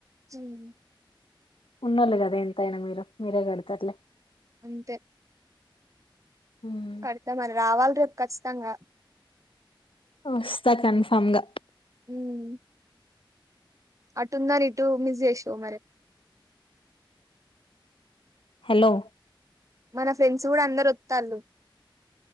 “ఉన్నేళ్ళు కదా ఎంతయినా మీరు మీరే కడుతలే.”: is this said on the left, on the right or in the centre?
Left